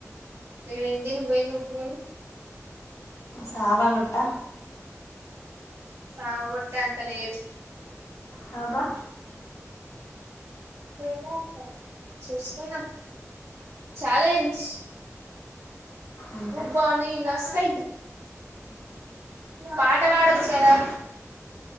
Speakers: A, on the right; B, on the left.
A: ఏం తిని పోయింది ఊపుకొని
B: సావగుట్ట
A: సావగొట్టేంత లేదు
B: కాదా
A: సట వ చూసుకుందాం ఛాలెంజ్
B: అంతే
A: నువ్వా నేనా సైద్ పాట పడొచ్చు కదా